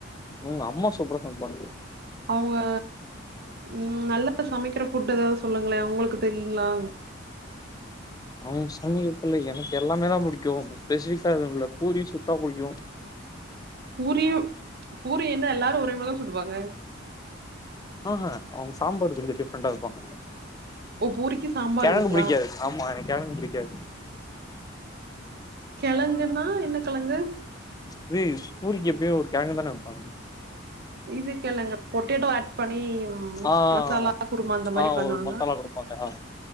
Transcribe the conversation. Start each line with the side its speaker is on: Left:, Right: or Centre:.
Left: ம் அம்மா சூப்பரா சமைப்பாங்க
Right: அவுங்க ம் நல்லா சமைக்கிற ஃபுட் ஏதாது சொல்லுங்களே உங்களுக்கு தெரியுங்களா
Left: அவுங்க சமைக்கற ஃபுட்ல எனக்கு எல்லாமே தா புடிக்கு ஸ்பெசிபிக்கா எதுவு இல்ல பூரி சுட்டா புடிக்கு
Right: பூரியு பூரி என்ன எல்லாரு ஒரே மாரி தா சுடுவாங்க
Left: ஆ ஹா அவங்க சாம்பார் கொஞ்சோ டிஃபரண்டா வெப்பாங்க
Right: ஓ பூரிக்கு சாம்பாருங்களா
Left: கெழக்கு புடிக்காது ஆமா எனக்கு கெழங்கு புடிக்காது
Right: கெழங்குன்னா என்ன கெழங்கு
Left: இது பூரிக்கு எப்யு ஒரு கெழங்கு தானே வெப்பாங்கு
Right: இதுக்கெழங்கு பொட்டேட்டோ ஆட் பண்ணி ம்
Left: ஆ
Right: மசாலா
Left: ஆ
Right: குருமா அந்த மாரி
Left: அ
Right: பண்ணுவாங்க
Left: ஒரு மசாலா குடுப்பாங்க ஆ